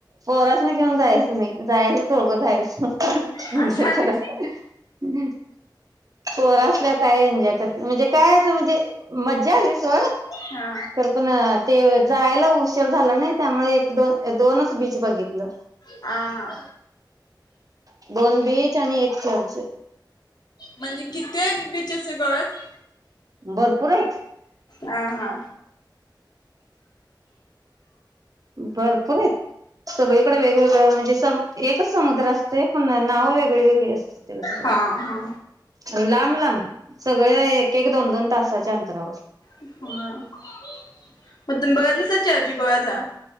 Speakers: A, on the right; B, on the left.
A: पोरासनी घेऊन जायचे नाही जायचे तर दोघं जायचं
B: असा
A: हे
B: आणि
A: खरं आहे, पोरं असल्यावर काय एन्जॉय करती म्हणजे काय असं मज्जा झाली सोड
B: हा
A: तर पण ते जायला उशर झाला नाही त्यामुळे एक दोन दोनच बीच बघितलं
B: आ हा
A: <inaudible> दोन बीच आणि एक चर्च
B: म्हणजे किती आहेत बीच असे गोव्यात
A: भरपूर आहेत
B: आहा!
A: बरं खरय सगळीकडे वेगवेगळे म्हणजे सम एकच समुद्र असते पण नावं वेगळी वेगळी अस तेला सगळ्याला....
B: हा हा हा
A: लांब सगळ एक एक दोन दोन तासाच्या अंतरावर.
B: हा मग तुम्ही बघितलासी अर्जी गोव्याचा?